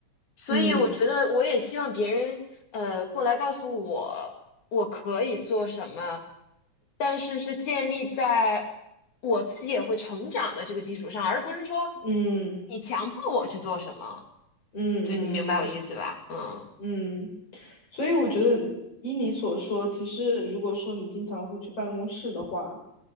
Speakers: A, on the left (about 70°); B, on the left (about 50°).
A: 所以我觉得我也希望别人呃过来告诉我
B: 嗯
A: 我可以做什么，但是是建立在我自己也会成长的这个基础上，而不是说
B: 嗯
A: 你强迫我去做什么。
B: 嗯嗯嗯
A: 对，你明白我意思吧？嗯
B: 嗯，所以我觉得依你所说，其实如果说你经常会去办公室的话。